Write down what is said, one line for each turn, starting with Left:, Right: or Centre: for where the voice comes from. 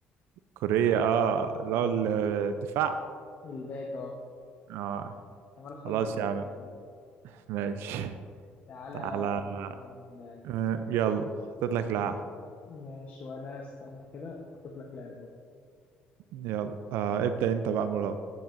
Right: كوريا اه لا
Left: <laughs> آه،
Right: الدفاع
Left: الباك اهو
Right: اه
Left: عمال اختار
Right: خلاص
Left: لك في
Right: يا
Left: باكات
Right: عم
Left: أهو.
Right: ماشي
Left: تعالى
Right: تعالى
Left: كمان
Right: آه، يلا حطيت لك لاعب
Left: م- ماشي وانا استنى كده حطيت لك لاعب برضه.
Right: يلا آه ابدأ انت بقى المرة